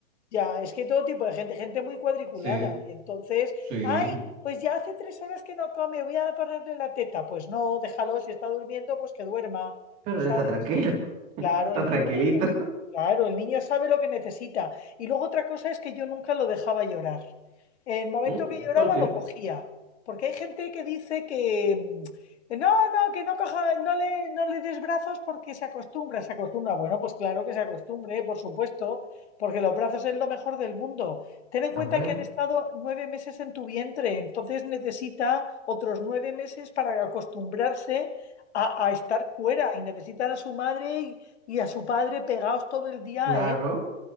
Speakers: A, on the left (about 55°); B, on the right (about 20°).
A: Ya, es que todo tipo de gente, gente muy cuadriculada.
B: Sí,
A: Y entonces,
B: sí.
A: ay, pues ya hace tres horas que no come, voy a ponerle la teta. Pues no, déjalo, si está durmiendo, pues que duerma,
B: Pero
A: ¿sabes?
B: él está tranquilo, <laughs>
A: Claro,
B: está
A: el
B: tranquilito.
A: niño, el- claro, el niño sabe lo que necesita. Y luego otra cosa es que yo nunca lo dejaba llorar. El momento
B: Mm,
A: que lloraba
B: ¿Por qué?
A: lo cogía, porque hay gente que dice que mm, que no, no, que no coja, no le, no le des brazos porque se acostumbra, se acostumbra. Bueno, pues claro que se acostumbre, por supuesto, porque los brazos es lo mejor del mundo. Ten en cuenta
B: A ver,
A: que han estado nueve meses en tu vientre, entonces necesita otros nueve meses para acostumbrarse a, a estar fuera y necesitan a su madre y a su padre pegados todo el día
B: claro.
A: a él,